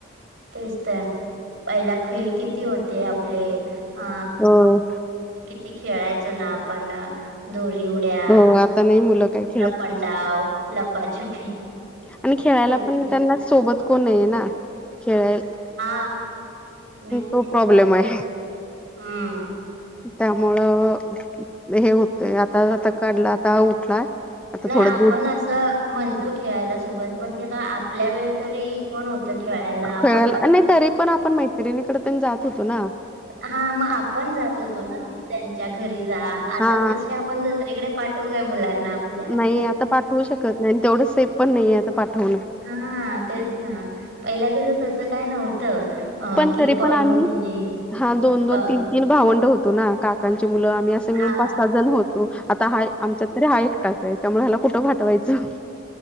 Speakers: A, on the right (about 60°); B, in the centre.
A: तेच तर पहिला खेळ किती होते आपले अ
B: हो
A: किती खेळायचो ना आपण दोरी उड्या
B: हो आता नाही मुलं काय खेळत
A: लपनडाव लपाछुपी
B: आणि खेळायला
A: किती
B: पण त्यांना सोबत कोणय आहे ना खेळायला
A: हा मेन चा
B: तो प्रॉब्लेम आहे
A: हम्म
B: त्यामुळं हे होतंय आता आता काढला आता उठला आता
A: नाही
B: थोडं
A: आपण
B: दूध
A: असं म्हणतो खेळायला सोबत म्हण के ना आपल्या वेळ तरी कोण होत खेळायला आपण
B: खेळायला
A: पण
B: नाही तरी पण आपण मैत्रिणीकडे तेन जात होतो ना.
A: हा मग आपण जात होतो ना त्यांच्या घरी जा आता
B: हा.
A: तसे पण दुसरीकडे पाठवू का मुलांना आपल्या
B: नाही आता पाठवू शकत नाही तेवढं सेफ पण नाहीे आता पाठवणं
A: हा तेच ना पहिल्या घरी तसं काय नव्हतं अ,
B: पण
A: की
B: तरी
A: पळून
B: पण आम्ही
A: येणे
B: हा दोन
A: अ,
B: दोन तीन तीन भावंड होतो ना काकांची मुलं आम्ही अस मिळून
A: हा
B: पाच सात जण होतो आता हा आमच्यात तरी हा एकटाच आहे त्यामुळे हला कुठं पाठवायचं